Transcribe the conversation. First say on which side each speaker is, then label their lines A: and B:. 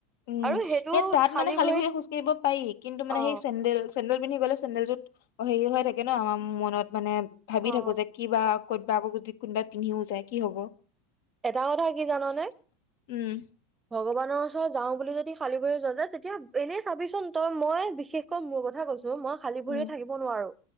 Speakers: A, on the left; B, on the right.
A: উম
B: আৰু সেইটো
A: সেই তাত মানে খালী
B: ভৰিত
A: ভে খোজ কঢ়িব পাৰি কিন্তু মানে
B: অ
A: সেই চেডেল চেন্দেলন্ধি গলে চেলটোত আকৌ হেৰিও হৈ থাকে ন'
B: উম,
A: আমাৰ মনত মানে, ভাবি
B: অ
A: থাকোঁ যে কিবা ক'তবা বা আকৌ যদি কোনোবাই পিন্ধিও যায় কি হ'ব।
B: এটা কথা কি জাননে
A: উম
B: ভগৱানৰ ওচৰত যাওঁ বুলি যদি খালি ব যোৱা য যে তেতিয়া এনেই চাবিচোন তই মই বিশেষকৈ মোৰ কথা কৈছো মই খালি
A: উম
B: ভৰি থাকিব নোৱাৰো